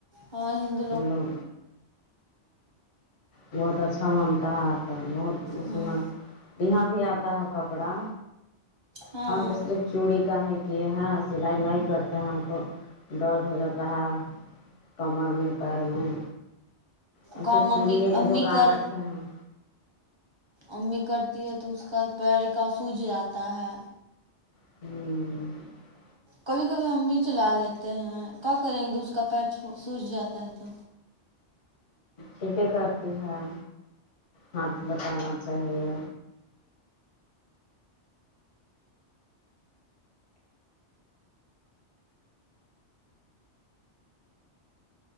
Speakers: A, on the right; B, on the left.
A: ہاں ہند
B: مطلب بہت اچھا مانتا ہے تو بہت اس
A: ہاں
B: میں یہاں بھی آتا ہے کپڑا
A: ہاں
B: ہم تو صرف چوڑی کا ہی کیے ہیں سلائی نہیں کرتے ہیں ہم کو درد ہو جاتا ہے کمر میں پیر میں ہم
A: کام
B: صرف چوڑیے
A: امی
B: کے
A: امی
B: دکان
A: کر
B: رکھے ہیں ہوں
A: امی کرتی ہے تو اس کا پیر کا سوجھ جاتا ہے
B: ہوں
A: کبھی کبھی ہم بھی چلا لیتے ہیں کیا کریں گے اس کا پیر سوچ جاتا ہے تو
B: کیا کیا کرتی ہیں ہاتھ بٹانا چاہیے